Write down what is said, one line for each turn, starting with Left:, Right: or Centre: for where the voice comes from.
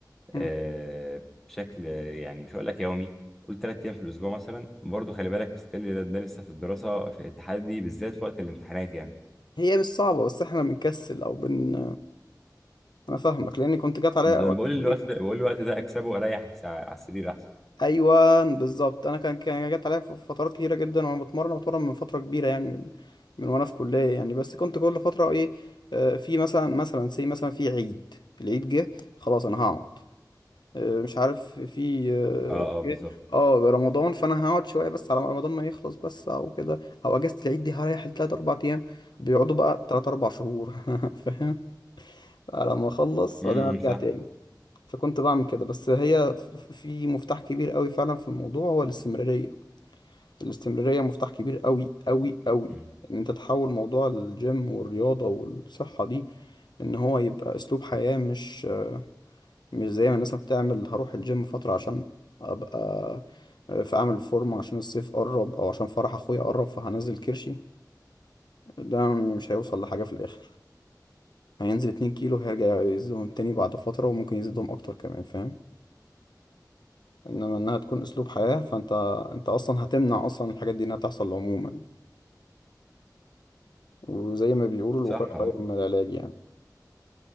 Left: أمم.
Centre: آه بشكل يعني مش هقول لك يومي قول تلات أيام في الأسبوع مثلا برضه خلي بالك ستيل ده, ده لسه في الدراسة في التحدي بالذات في وقت الامتحانات يعني
Left: هي مش صعبه بس احنا بنكسل او بن انا فاهمك لاني كنت جات عليا
Centre: بقول
Left: اوقات كتير
Centre: الوقت ده بقول الوقت ده أكسبه أريح على السرير أحسن
Left: ايوه بالظبط انا كان كان جات عليا في فترات كتيره جدا وانا بتمرن بتمرن من فتره كبيره يعني من من وانا في كليه يعني بس كنت كل فتره ايه آه، في مثلا مثلا سي مثلا في عيد العيد جه خلاص انا هقعد آه، مش عارف في آه،
Centre: اه اه بالظبط
Left: اه رمضان فانا هقعد شويه بس على ما رمضان ما يخلص بس او كده او اجازه العيد دي هريح لتلات اربع ايام بيقعدوا بقى تلات اربع شهور <laughs> فاهم على ما اخلص
Centre: امم
Left: وبعدين ارجع
Centre: صح
Left: تاني فكنت بعمل كده بس هي ف- ف- في مفتاح كبير قوي فعلا في الموضوع هو الاستمراريه الاستمراريه مفتاح كبير قوي قوي قوي
Centre: امم
Left: ان انت تحول موضوع الجيم والرياضه والصحه دي ان هو يبقى اسلوب حياة مش مش زي ما الناس بتعمل هروح الجيم فترة عشان ابقى في اعمل فورمة عشان الصيف قرب او عشان فرح اخويا قرب فهنزل كرشي ده مش هيوصل لحاجة في الاخر هينزل اتنين كيلو هيرجع يزيدهم تاني بعد فترة وممكن يزيدهم اكتر كمان فاهم انما انها تكون اسلوب حياة فانت انت اصلا هتمنع اصلا الحاجات دي انها تحصل عموما وزي ما بيقولوا الوقاية
Centre: صح اه
Left: خير من العلاج يعني